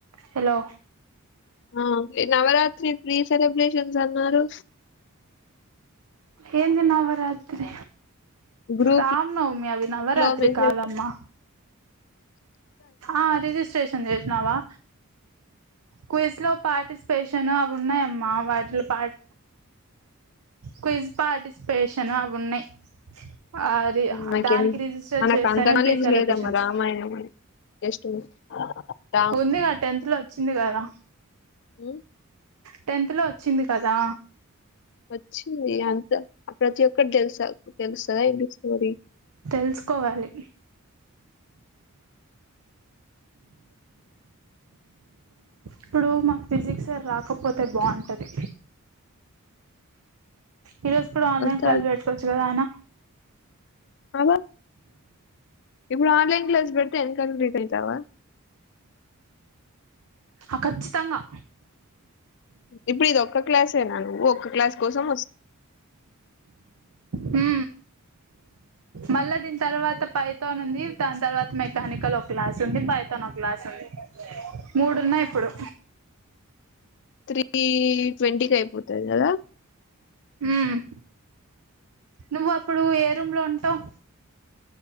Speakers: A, on the right; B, on the left.
A: హలో
B: ఆ నవరాత్రి ప్రీ సెలబ్రేషన్ సెలబ్రేషన్సు అన్నారు
A: ఏం తిన్నావు రాత్రి
B: గ్రూప్
A: రామ్నవమి అవి నవరాత్రి
B: లో మెసేజ్
A: కాదమ్మా ఆ రిజిస్ట్రేషన్ చేసినావా క్ీజ్ లో పార్టిసిపేషన్ అవి ఉన్నాయమ్మా వాటిలోటి క్విజ్ పార్టిసిపేషన్ అవి ఉన్నాయి ఆ రి
B: మకి
A: దానికి
B: ఎ
A: రిజిస్టర్
B: మనకు
A: చేస్తేనే
B: అంతనాలెడ్జ
A: ప్రీ సెలబ్రేషన్స్
B: లేదమ్మా రామాయణం జస్ట్ రామత
A: ఉందిగా టెన్త్ లో వచ్చింది కదా
B: ఉమ్,
A: టెన్త్ లో వచ్చింది కదా
B: వచ్చి అంత ఆ ప్రతి ఒక్కటి తెలుసా తెలుసా స్టోరీ
A: తెలుసుకోవాలి ఇప్పుడు మాకు ఫిజిక్స్ రాకపోతే బావుంటది ఈ రోజు కూడా ఆన్లైన్
B: వస్తాడు
A: క్లాస్లు పెట్టుకోవచ్చు కదా ఆయన
B: అవ ఇప్పుడు ఆన్లైన్ క్లాస్ పెడితే ఎన్ కంప్లీట్ దావా
A: ఆ ఖచ్చితంగా
B: ఇప్పుడు ఇది ఒక్క క్లాసేనా నువ్వు ఒక్క క్లాస్ కోసం
A: హ మళ్ళా దీని తర్వాత పైథాన్ ఉంది దాని తర్వాత మెకానికల్ ఒక క్లాస్ ఉంది పైథాన్ ఒక క్లాస్ ఉంది మూడు ఉన్నాయి ఇప్పుడు
B: త్రీ ట్వంటీకి అయిపోతది కదా
A: హుమ్ నువ్వు అప్పుడు ఏ రూమ్ లో ఉంటావు